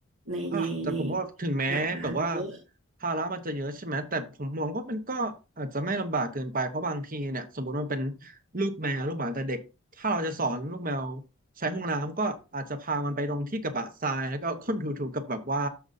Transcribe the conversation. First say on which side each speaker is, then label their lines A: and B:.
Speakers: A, on the right; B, on the right.
A: ในในใน
B: อ่ะแต่ผมว่าถึงแม้แบบว่า
A: หลักการเยอะ
B: ภาระมันจะเยอะใช่ไหมแต่ผมมองว่ามันก็อาจจะไม่ลำบากเกินไปเพราะบางทีเนี่ยสมมติมันเป็นลูกแมวลูกหมาแต่เด็กถ้าเราจะสอนลูกแมวใช้ห้องน้ำก็อาจจะพามันไปลงที่กระบะทรายแล้วก็เอาก้นถูๆกับแบบว่า